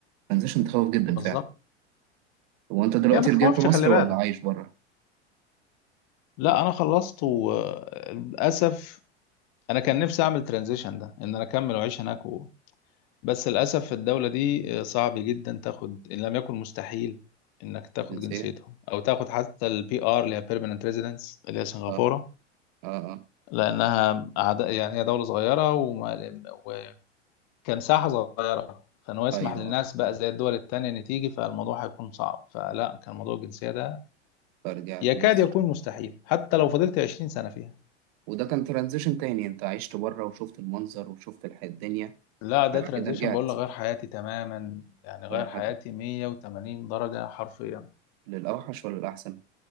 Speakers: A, on the right; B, on the left.
A: ترانزيشن تخوف جدا
B: بالظبط
A: فعلا هو انت دلوقتي
B: هي ما تخوفش
A: رجعت مصر
B: خلي بالك
A: ولا عايش بره
B: لا انا خلصت وللاسف انا كان نفسي اعمل ترانزيشن ده ان انا اكمل واعيش هناك و... بس للاسف الدولة دي آه، صعب جدا تاخد ان لم يكن مستحيل انك تاخد
A: الجنسية
B: جنسيتهم او تاخد حتى البي ار اللي هي بيرمننت ريزيدنس اللي هي سنغافورة
A: اه اه اه
B: لأنها أعداء يعني هي دولة صغيرة وما وكان ساحة صغيرة فإن هو يسمح
A: ايوه
B: للناس
A: اه
B: بقى زي الدول التانية إن تيجي فالموضوع هيكون صعب فلا كان موضوع الجنسية ده
A: فرجعت
B: يكاد
A: مصر
B: يكون مستحيل حتى لو فضلت 20 سنة فيها
A: وده كان ترانزيشن تاني انت عشت بره وشفت المنظر وشفت الح- الدنيا
B: لا ده
A: بعد
B: ترانزيشن
A: كده رجعت
B: بقول لك غير حياتي تماما يعني غير
A: غير
B: حياتي
A: حاجة
B: 180 درجة حرفيا
A: للأوحش ولا الأحسن